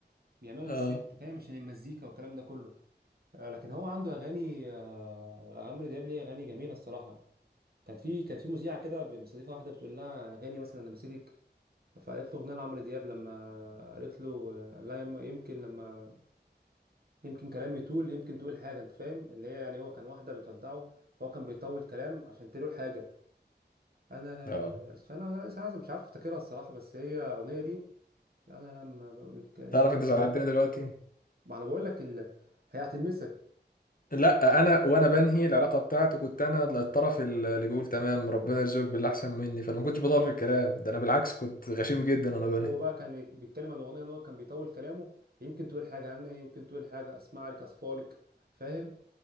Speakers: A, on the right; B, on the left.
A: بيعملها
B: اه
A: للسيف انت فاهم عشان المزيكا والكلام ده كله آه، لكن هو عنده اغاني آه، عمرو دياب ليه اغاني جميله الصراحه كانت في كانت في مذيعه كده بتستضيفها واحده بتقول لها اغاني مثلا لما مسيتك فقالت له اغنيه لعمرو دياب لما قالت له آه، لا يم- يمكن لما يمكن كلامي يطول يمكن تقول حاجه انت فاهم اللي هي يعني هو كان واحده بتودعه فهو كان بيطول كلام عشان تقول حاجه انا
B: اه
A: لما انا أنا مش عارف مش عارف افتكرها الصراحه بس هي الاغنيه دي انا لما بقول كلامي
B: تعرف
A: يطول
B: انت زعلتني دلوقتي
A: ما انا بقول لك ال... هي هتلمسك
B: لا انا وانا بنهي العلاقه بتاعتي كنت انا الطرف اللي بيقول تمام ربنا يرزقك باللي احسن مني فانا ما كنتش بطال في الكلام ده انا بالعكس كنت غشيم جدا وانا بنهي
A: هو بقى كان بيتكلم عن اغنيه ان هو كان بيطول كلامه يمكن تقول حاجه عني يمكن تقول حاجه اسمع لك اصفالك فاهم